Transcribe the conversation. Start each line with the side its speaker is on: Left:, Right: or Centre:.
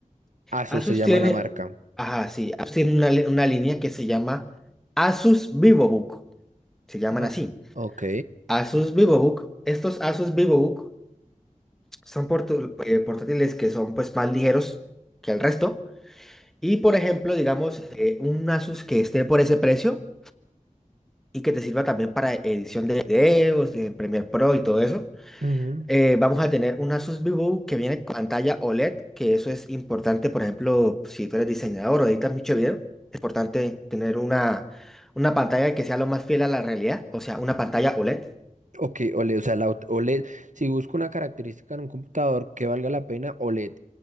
Right: Asus
Centre: Asus
Right: se llama
Centre: tiene,
Right: la marca.
Centre: ajá, sí, Asus tiene una, li- una línea que se llama Asus VivoBook, se llaman
Right: Ah,
Centre: así.
Right: Ok.
Centre: Asus VivoBook, estos Asus VivoBook Son portu- eh, portátiles que son pues más ligeros que el resto. Y por ejemplo, digamos, eh, un Asus que esté por ese precio y que te sirva también para edición de videos, de Premiere Pro y todo eso.
Right: Ujú.
Centre: eh, vamos a tener un Asus VivoBook que viene con pantalla OLED, que eso es importante, por ejemplo, si tú eres diseñador o editas mucho video, es importante tener una, una pantalla que sea lo más fiel a la realidad, o sea, una pantalla OLED.
Right: Ok, OLED, o sea, la ot- OLED. Si busco una característica en un computador que valga la pena, OLED.